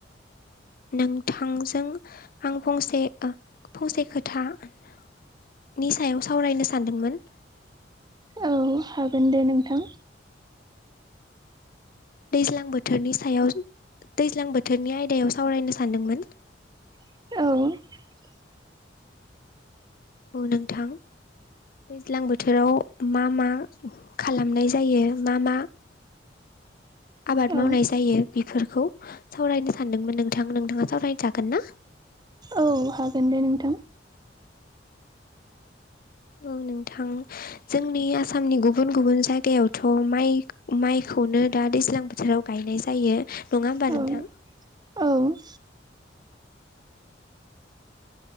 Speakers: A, on the left; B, on the right.
A: नोंथांजों आं फंसे फंसे खोथा नि सायाव सावरायनो सानदोंमोन।
B: औ हागोन दे नोंथां।
A: दैज्लां बोथोरनि सायाव दैज्लां बोथोरनि आयदायाव सावरायनो सानदोंमोन।
B: औ।
A: औ नोंथां। दैज्लां बोथोराव मा मा खालामनाय जायो मा मा आबाद
B: औ
A: मावनाय जायो बेफोरखौ। सावरायनो सानदोंमोन नोंथां नोंथाङा सावराय जागोन ना?
B: औ हागोन दे नोंथां।
A: औ नोंथां। जोंनि आसामनि गुबुन गुबुन जायगायावथ' माइ माइखौनो दा दैज्लां बोथोराव गाय नाय जायो। नङा होमबा
B: औ
A: नोंथां
B: औ।